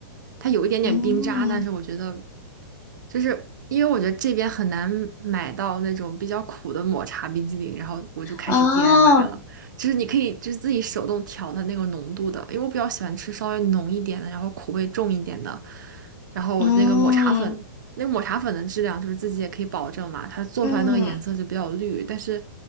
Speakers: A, on the right; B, on the left.
A: 它有一点点冰渣，
B: 嗯，
A: 但是我觉得就是因为我觉得这边很难买到那种比较苦的抹茶冰激凌，然后我就开始
B: 哦，
A: DIY 了。就是你可以就是自己手动调它那个浓度的，因为我比较喜欢吃稍微浓一点的，然后苦味重一点的。然后我那个抹茶粉，
B: 嗯
A: 那个抹茶粉的质量就是自己也可以保证嘛，它做出来那个颜色就比较绿，
B: 嗯。
A: 但是